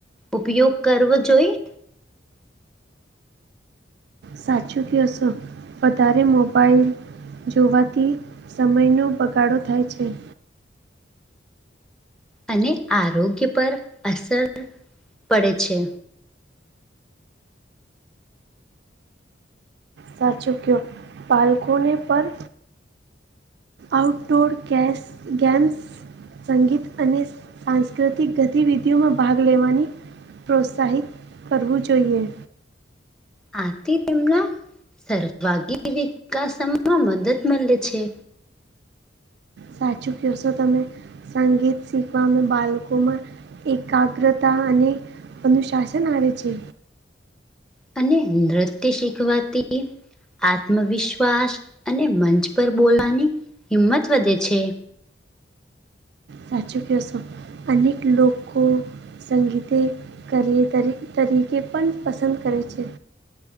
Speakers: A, in the centre; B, on the right.
A: ઉપયોગ કરવો જોઈએ
B: સાચું ક્યોસો વધારે મોબાઈલ જોવાથી સમયનો બગાડો થાય છે.
A: અને આરોગ્ય પર અસર પડે છે.
B: સાચુંક્યો બાલકોને પણ આઉટડોર કેશ ગેમ્સ સંગીત અને સાંસ્કૃતિક ગતિવિધિઓમાં ભાગ લેવાની પ્રોત્સાહિત કરવું જોઈએ.
A: આથી તેમના સર્વાગી વિકાસમાં મદદ મળે છે.
B: સાચું ક્યોસો તમે સંગીત શીખવા માં અમે બાલકો મા એકાગ્રતા અને અનુશાસન આવે છે.
A: અને નૃત્ય શીખવાથી આત્મવિશ્વાસ અને મંચ પર બોલવાની હિંમત વધે છે.
B: સાચું ક્યોસો અનેક લોકો સંગીતે કરી તરી તરીકે પણ પસંદ કરે છે.